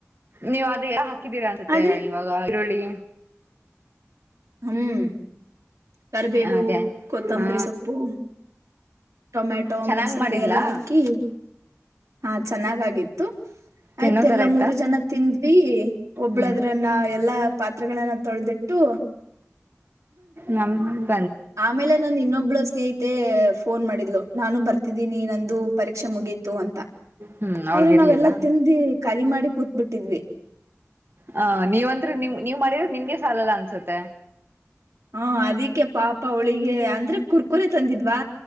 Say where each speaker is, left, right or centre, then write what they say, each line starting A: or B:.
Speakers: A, on the right (about 45°); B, on the right (about 70°).
A: ನೀವ್ ಅದ ಎಲೋ ಹಾಕಿದ್ದೀರಾ ಅನ್ಸುತ್ತೆ
B: ಆದ್ರೆ
A: ಇವಾಗ ಈರುಳ್ಳಿ
B: ಹ್ಮ್ ಕರಿಬೇವು,
A: ಅದೇ
B: ಕೊತ್ತಂಬರಿ
A: ಹಾ
B: ಸೊಪ್ಪು ಟೊಮೆಟೊ
A: ಚೆನ್ನಾಗ್
B: ಮೆಣಸಿನಕಾಯಿ
A: ಮಾಡಿದ್ಲಾ
B: ಎಲ್ಲ ಹಾಕಿ ಹಾ ಚೆನ್ನಾಗಾಗಿತ್ತು.
A: ತಿನ್ನೋ
B: ಆಯ್ತ್
A: ತರ
B: ಎಲ್ಲಾ
A: ಇತ್ತಾ
B: ಮೂರು ಜನ ತಿಂದ್ವಿ ಒಬ್ಬಳದ್ರನ್ನ
A: ಹ್ಮ್
B: ಎಲ್ಲಾ. ಪಾತ್ರೆಗಳನ್ನ ತೊಳೆದಿಟ್ಟು
A: ನಮ್ಮ <unintelligible>
B: ಆ ಮೇಲೆ ನನ್ ಇನ್ನೊಬ್ಳ ಸ್ನೇಹಿತೆ ಫೋನ್ ಮಾಡಿದ್ಲು. ನಾನು ಬರ್ತಿದ್ದೀನಿ ನಂದು ಪರೀಕ್ಷೆ ಮುಗೀತು ಅಂತ.
A: ಹ್ಮ್ ಅವಳ್ಗಿರ್ಲಿಲ್ಲ
B: ಆದ್ರೆ ನಾವೆಲ್ಲಾ ತಿಂಡಿ ಖಾಲಿ ಮಾಡಿ ಕೂತ್ಬಿಟ್ಟ <inaudible>
A: ಹ ನೀವಂದ್ರೆ ನಿಮ್ ನೀವ್ ಮಾಡಿರೋದು ನಿಮ್ಗೆ ಸಾಲಲ್ಲ ಅನ್ಸುತ್ತೆ.
B: ಹಾ ಅದಿಕ್ಕೆ ಪಾಪ ಅವಳಿಗೆ ಅಂದ್ರೆ ಕುರ್ಕುರೆ ತಂದಿದ್ವಾ